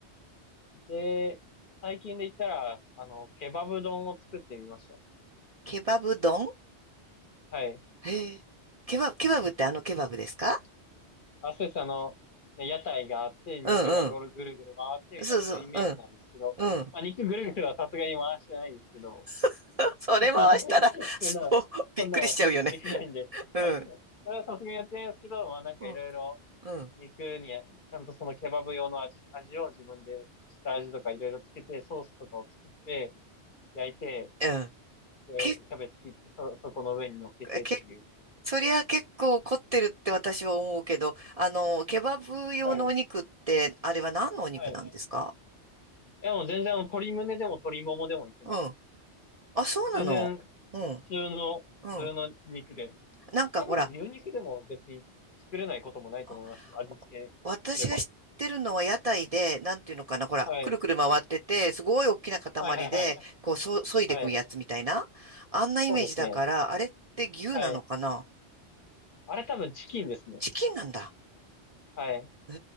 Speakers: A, on the left; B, on the right.
A: で、最近で言ったら、あの、ケバブ丼を作ってみましたね。
B: ケバブ丼
A: はい。
B: へえ。ケバブ、ケバブってあのケバブですか
A: あ、そうです。あの、ね屋台があって、肉がゴルぐるぐる回ってみたいな、
B: うんうん。そうそう。
A: そういうイメージなんですけど、
B: うん。うん。
A: まあ肉ぐるぐるはさすがに回してないんですけど、
B: <laughs> それ回したら、
A: <laughs> そんな、
B: そう、びっくりしちゃうよね。
A: そんな、できないんで。
B: うん、
A: はい。それはさすがにやってないですけど、まあなんかいろいろ
B: うん、うん、
A: 肉に、ちゃんとそのケバブ用の味、味を自分で、下味とかいろいろつけて、ソースとかを作って、焼いて、
B: うん。
A: で、
B: け、
A: キャベツ切って、そ、そこの上に乗っけてっていう。
B: け、そりゃ結構凝ってるって私は思うけど、あの、ケバブ用のお肉って、
A: はい。
B: あれは何のお肉なんですか
A: はい。いや、もう全然、あの、鶏胸でも鶏ももでもいけます。
B: うん。あ、そうなの。
A: 全然、普
B: うん、
A: 通の、
B: うん。
A: 普通の肉で。
B: なんかほら、
A: 多分、牛肉でも別に作れないこともないと思いますし、
B: あ
A: 味付けすれば。
B: 私が知ってるのは屋台で、なんていうのかな、ほら、
A: はい。
B: くるくる回ってて、すごい大きな塊で、
A: はいはいは
B: こう、そ、削いでいくやつみたいな。
A: い。はい。
B: あんなイメージだから、
A: そうですね。
B: あれって牛なのかな
A: はい。あれ多分チキンですね。
B: チキンなんだ。
A: はい。
B: へ